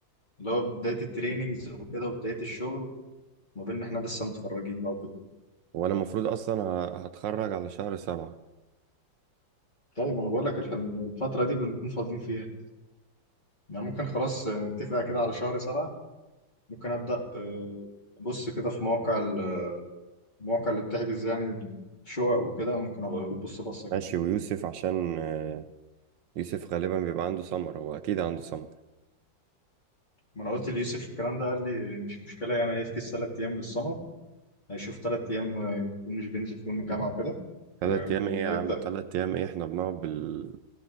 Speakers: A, on the left; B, on the right.
A: اللي هو بداية التريننجز وكده وبداية الشغل ما بين إن إحنا لسه متخرجين بقى وكده
B: وأنا المفروض أصلا ه- هتخرج على شهر سبعة
A: طيب أنا بقول لك الح- الفترة دي بنكون فاضيين فيها يعني ممكن خلاص آه، نتفق كده على شهر سبعة ممكن أبدأ آه، أبص كده في مواقع ال- المواقع اللي بتحجز يعني الشقق وكده ممكن أبقى أبص بصة كده
B: ماشي ويوسف عشان آه، يوسف غالبا بيبقى عنده سمر هو أكيد عنده سمر
A: ما أنا قلت ليوسف الكلام ده قال لي مش مشكلة يعني هيفكس تلات أيام للسمر هيشوف تلات أيام آه، يكون مش بينزل فيهم الجامعة وكده
B: تلات
A: وهيبدأ
B: أيام إيه يا عم تلات أيام إيه إحنا بنقعد بال